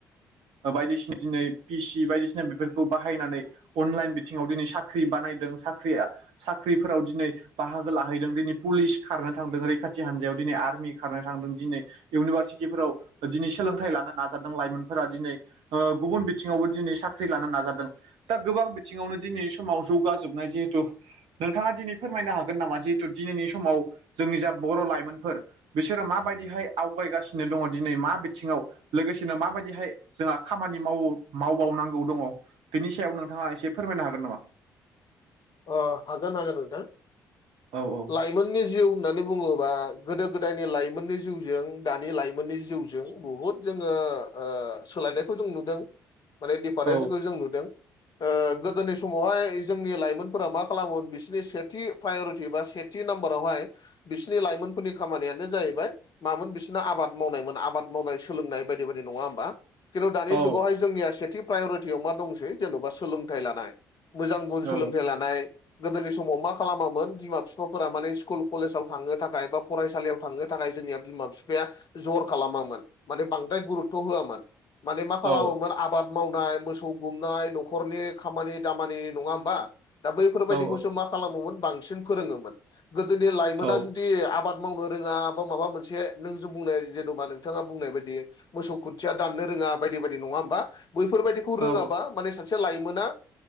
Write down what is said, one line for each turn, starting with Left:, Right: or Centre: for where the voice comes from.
Right: ओ बायदिसिना दिनै पि सि बायदिसिना बेफोरखौ बाहायनानै अनलाइन बिथिङाव दिनै सा ख्रि बानायदों साख्रिया साख्रिफोराव दिनै बाहागो लाहैदों दिनै पुलिस खारनो थांदों रैखाथि हान्जायाव दिनै आर्मि खारनो थांदों दिनै इउनिभारसिटिफोराव ओ दिनै सोलोंथाइ लानो नाजादों लाइमोनफोरा दिनै ओ गुबुन बिथिङावबो दिनै साख्रि लानो नाजादों दा गोबां बिथिङावनो दिनै समाव जौगाजोबनाय जिहेथु नोंथाङा दिनै फोरमायनो हागोन नामा जिहेथु दिनैनि समाव जोंनि जा बर' लाइमोनफोर बिसोरो माबायदिहाय आवगायगासिनो दङ दिनै मा बिथिङाव लोगोसेनो माबायदिहाय जोंहा खामानि माव मावबावनांगौ दङ बेनि सायाव नोंथाङा एसे फोरमायनो हागोन नामा?
Left: अ हागान हागोन नोंथां।
Right: औ औ।
Left: लाइमोननि जिउ होननानै बुङोबा गोदो गोदायनि लाइमोननि जिउजों दानि लाइमोननि जिउ जों बुहुद जोङो ओ सोलायनायखौ जों नुदों
Right: <inaudible>
Left: माने दिफारेन्सखौ
Right: औ
Left: जों नुदों ओ गोदोनि समावहाय जोंनि लाइमोन फोरा मा खालामोमोन बिसोरनि सेथि प्राय'रिटि बा सेथि नाम्बारावहाय बिसिनि लाइमोनफोरनि खामानियानो जाहैबाय मामोन बिसोरनो आबाद मावनायमोन आबाद मावनाय सोलोंनाय बायदि बायदि। नङा होमबा? खिन्थु दानि
Right: औ
Left: जुगावहाय जोंनिया सेथि प्राय'रिटियाव मा दंसै जेन'बा सोलोंथाइ लानाय मोजां गुन
Right: औ
Left: सोलोंथाइ लानाय गोदोनि समाव मा खालामामोन बिमा बिफाफोरा माने सिकुल कलेजाव थांनो थाखाय बा फरायसालियाव थांनो थाखाय जोंनिया बिमा बिफाया जर खालामामोन माने बांद्राय गुरुतथ' होआमोन माने मा खालामोमोन
Right: औ
Left: आबाद मावनाय मोसौ गुमनाय न'खरनि खामानि दामानि। नङा होमबा? दा बैफोरबायदिखौसो
Right: औ
Left: मा खालामोमोन बांसिन फोरोङोमोन। गोदोनि लाइमोना
Right: औ
Left: जुदि आबाद मावनो रोङा बा माबा मोनसे नों ज' बुंनाय जेेन'बा नोंथाङा बुंनाय बायदि मोसौ खुन्थिया दाननो रोङा बायदि बायदि। नङा होमबा? बैफोरबायदिखौ रोङाबा
Right: औ
Left: माने सासे लाइमोना